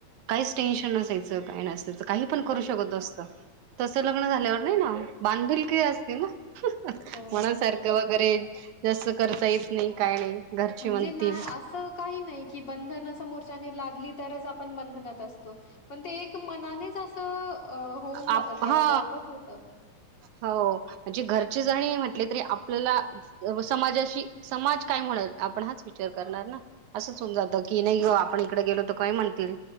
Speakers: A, on the right; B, on the left.
A: काहीच टेन्शन नसायचं काय नसायचं काही पण करू शकत असतं. तसं लग्न झाल्यावर नाही ना बांधलकी असते ना.
B: हो.
A: मनासारखं वगैरे जास् करता येत नाही काय नाही. घरचे
B: म्हणजे
A: म्हणतील
B: ना असं काही नाही की बंधन समोरच्या लादली तरच आपण बंधनात असतो. पण ते एक मनानेच असं होऊन जात
A: आप
B: ते
A: हा
B: आपोआपच होत.
A: हो म्हणजे घरचे जणी म्हटले तरी आपल्याला समाजाशी समाज काय म्हणल आपण हाच विचार करणार ना असंच होऊन जात की नाही ग आपण इकडे गेलो तर काय म्हणतील.